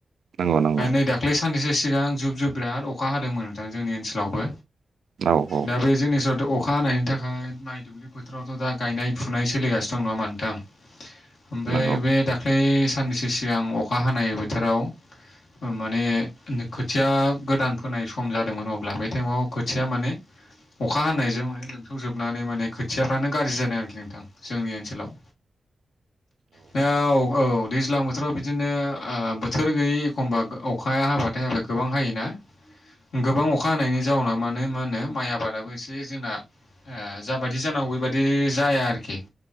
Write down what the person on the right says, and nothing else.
नंगौ नंगौ
औ औ
नंगौ